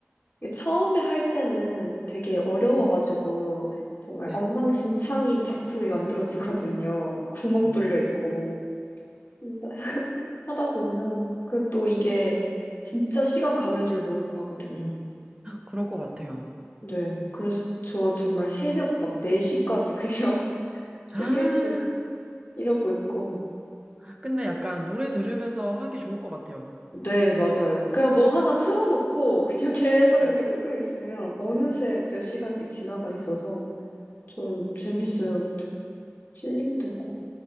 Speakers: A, on the left; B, on the right.
A: 이게 처음에 할 때는 되게 어려워가지고 정말
B: 네.
A: 엉망진창인 작품이 만들어지거든요. 막 구멍
B: 음,
A: 뚫려 있고. 근데 <laughs> 하다 보면 그 또 이게 진짜 시간 가는 줄 모르고 하거든요.
B: 그럴 것 같아요.
A: 네. 그래서 저 정말 새벽 막 4시까지 그냥
B: <gasps>
A: 뜨개질 이러고 있고.
B: 아, 근데 약간 노래 들으면서 하기 좋을 것 같아요.
A: 네, 맞아요. 그냥 뭐 하나 틀어놓고 그냥 <laughs> 계속
B: 네.
A: 이렇게
B: 아,
A: 뜨고 있으면 어느새 몇 시간씩 지나가 있어서 좀 재밌어요.
B: 대박이다.
A: 되게 힐링되고.